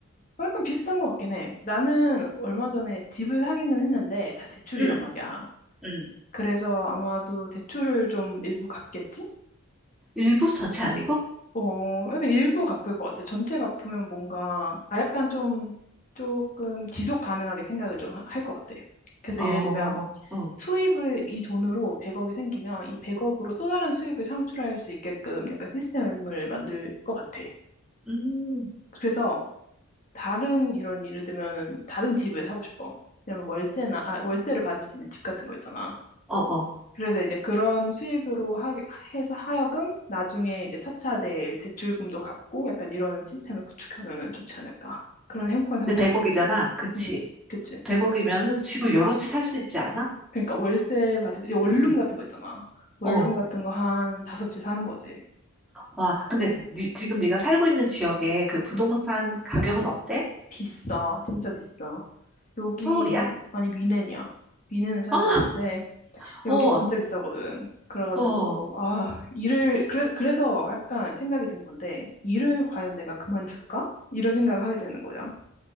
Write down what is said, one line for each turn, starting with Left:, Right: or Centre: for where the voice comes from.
Left: 약간 비슷한 것 같긴 해. 나는 얼마 전에 집을 사기는 했는데 다 대출이란
Centre: 응,
Left: 말이야.
Centre: 응.
Left: 그래서 아마도 대출을 좀 일부 갚겠지?
Centre: 일부 전체 아니고?
Left: 어, 약간 일부 갚을 것 같아. 전체 갚으면 뭔가, 아, 약간 좀, 조금 지속 가능하게 생각을 좀 할 것 같아. 그래서
Centre: 어,
Left: 예를 들면,
Centre: 응,
Left: 수입을 이 돈으로 100억이 생기면 이 100억으로 또 다른 수익을 창출할 수 있게끔 약간 시스템을 만들 것 같아.
Centre: 음,
Left: 그래서 다른 이런 예를 들면은 다른 집을 사고 싶어. 왜냐면 월세나 아, 월세를 받을 수 있는 집 같은 거 있잖아.
Centre: 어, 어.
Left: 그래서 이제 그런 수익으로 하, 해서 하여금 나중에 이제 차차 내 대출금도 갚고 약간 이런 시스템을 구축하면은 좋지 않을까. 그런 행복한 상상을
Centre: 근데 100억이잖아.
Left: 해보지.
Centre: 그치?
Left: 음, 그치.
Centre: 100억이면은 집을 여러 채 살 수 있지 않아?
Left: 그러니까 월세 받을, 이 원룸
Centre: 응,
Left: 같은 거 있잖아. 원룸
Centre: 어.
Left: 같은 거 한 다섯 채 사는 거지.
Centre: 와, 근데 니- 지금 네가 살고 있는 지역의 그 부동산
Left: 음,
Centre: 가격은 어때?
Left: 비싸. 진짜 비싸. 여기,
Centre: 서울이야?
Left: 아니, 미넨이야. 미넨에 살고
Centre: 아,
Left: 있는데, 여기
Centre: 어,
Left: 진짜 비싸거든. 그래가지고,
Centre: 어,
Left: 아, 일을, 그래, 그래서 약간 생각이 든 건데, 일을 과연 내가 그만둘까? 이런 생각을 하게 되는 거죠.